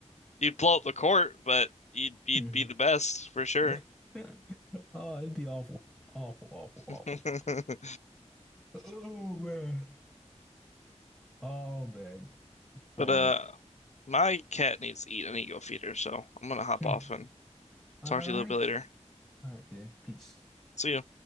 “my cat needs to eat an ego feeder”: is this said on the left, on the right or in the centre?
Left